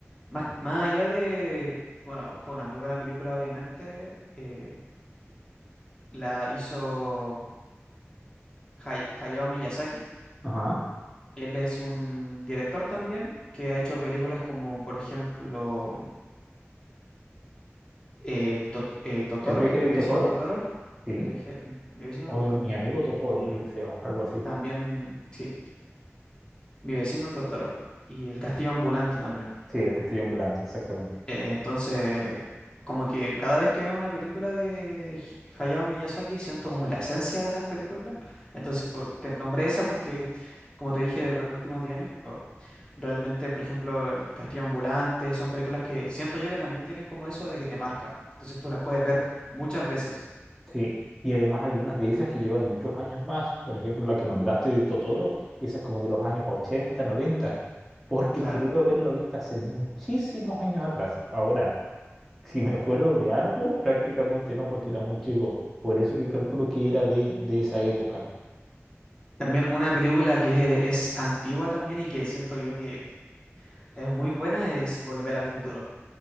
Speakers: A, on the left; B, in the centre.
A: más, más allá de. Bueno, fue una muy buena película, obviamente. eh, la hizo Hay- Hayao Miyazaki.
B: Ajá.
A: Él es un director también que ha hecho películas como, por ejemplo. eh, To- eh, Totoro,
B: ¿El viaje de
A: mi
B: Totoro?
A: vecino Totoro,
B: Sí.
A: el viaje, mi mi vecino
B: O
A: Totoro,
B: mi amigo
A: sí.
B: Totoro,
A: y,
B: creo
A: y
B: que se llama, algo así.
A: también, sí, mi vecino Totoro y el castillo ambulante también.
B: Sí, el castillo ambulante, exactamente.
A: Eh, entonces, como que cada vez que veo una película de Hi- Hayao Miyazaki siento como la esencia de esas películas. Entonces, por- te nombré esa porque, como te dije, de los últimos 10 años, pero realmente, por ejemplo, el castillo ambulante son películas que siento yo que también tienen como eso de que te marcan. Entonces tú las puedes ver muchas veces.
B: Sí, y además hay unas de esas que llevan muchos años más. Por ejemplo, la que nombraste de Totoro, esa es como de los años 80, 90, porque
A: Claro.
B: creo haberlo visto hace muchísimos años atrás. Ahora, si me acuerdo de algo, prácticamente no, porque era muy chico. Por eso yo calculo que era de, de esa época.
A: También una película que es, eh, es antigua también y que siento yo que es muy buena es Volver al Futuro.